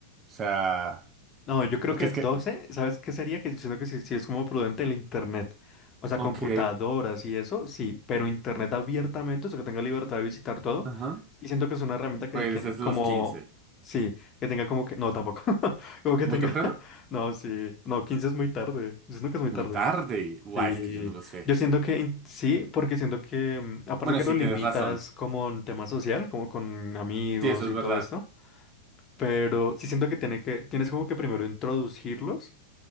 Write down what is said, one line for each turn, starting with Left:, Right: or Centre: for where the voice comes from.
Right: O sea,
Left: No, yo creo
Right: porque
Left: que
Right: es
Left: 12.
Right: que...
Left: ¿sabes qué sería? Que siento que sí, sí es como prudente el internet. O sea,
Right: Ok,
Left: computadoras y eso, sí, pero internet abiertamente, o sea, que tenga libertad de visitar todo.
Right: ajá.
Left: Y siento que es una herramienta que
Right: Pues
Left: hay quien,
Right: desde
Left: como,
Right: los quince
Left: sí, que tenga como que, no, tampoco, <laughs> como que
Right: ¿Muy
Left: tenga,
Right: temprano?
Left: <laughs> no, sí, no, 15 es muy tarde, yo siento que es muy
Right: Muy
Left: tarde.
Right: tarde. Guau,
Left: Sí,
Right: es que yo no lo sé.
Left: yo siento que in- sí, porque siento que, mm, aparte
Right: Bueno,
Left: que
Right: sí,
Left: lo limitas
Right: tienes razón.
Left: como en tema social, como con amigos
Right: Sí, eso es
Left: y
Right: verdad.
Left: todo esto. Pero sí siento que, tiene que tienes como que primero introducirlos